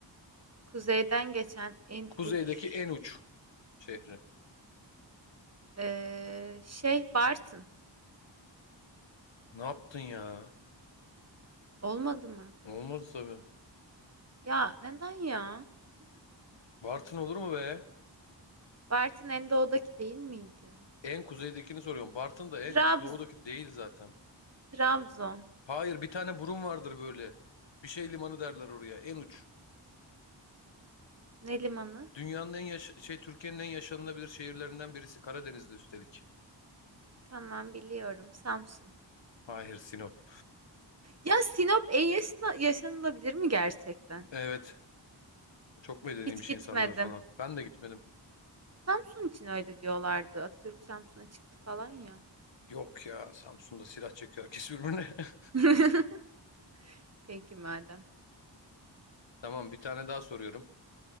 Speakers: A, on the right; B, on the left.
A: Kuzeyden geçen en
B: Kuzeydeki
A: uç
B: en uç şehri.
A: ee, şey Bartın.
B: Ne yaptın ya?
A: Olmadı mı?
B: Olmaz tabii.
A: Ya neden ya?
B: Bartın olur mu be?
A: Bartın en doğudaki değil miydi?
B: En kuzeydekini soruyorum. Bartın da en
A: Trabz
B: doğudaki değil zaten.
A: Trabzon.
B: Hayır bir tane burun vardır böyle. Bir şey limanı derler oraya. En uç.
A: Ne limanı?
B: Dünyanın en yaş şey Türkiye'nin en yaşanılabilir şehirlerinden birisi. Karadeniz'de üstelik.
A: Tamam biliyorum. Samsun.
B: Hayır Sinop.
A: Ya Sinop en yaşana- yaşanılabilir mi gerçekten?
B: Evet. Çok medeniymiş
A: Hiç gitmedim.
B: insanları falan. Ben de gitmedim.
A: Samsun için öyle diyorlardı. Atatürk Samsun'a çıktı falan ya.
B: Yok ya Samsun'da silah çekiyor herkes birbirine. <laughs>
A: <laughs> Peki madem.
B: Tamam bir tane daha soruyorum.